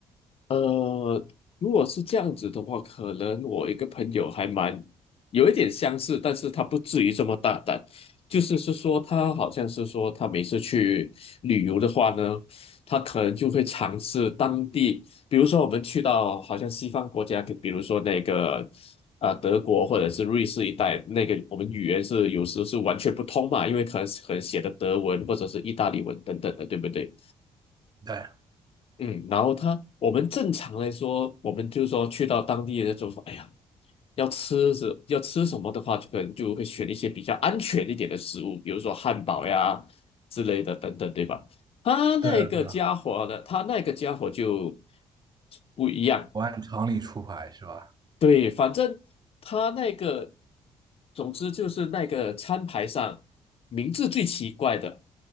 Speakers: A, on the left; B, on the right.
A: 呃，如果是这样子的话，可能我一个朋友还蛮有一点相似，但是他不至于这么大胆。就是是说，他好像是说，他每次去旅游的话呢，他可能就会尝试当地，比如说我们去到好像西方国家，比如说那个啊、呃德国或者是瑞士一带，那个我们语言是有时是完全不通嘛，因为可能可能写的德文或者是意大利文等等的，对不对？
B: 对，
A: 嗯，然后他，我们正常来说，我们就说去到当地的就说，哎呀，要吃什要吃什么的话，就可能就会选一些比较安全一点的食物，比如说汉堡呀之类的等等，对吧？他那个家伙呢，
B: 对啊，对啊，
A: 他那个家伙就不一样，
B: 我按常理出牌是吧？
A: 对，反正他那个，总之就是那个餐牌上名字最奇怪的，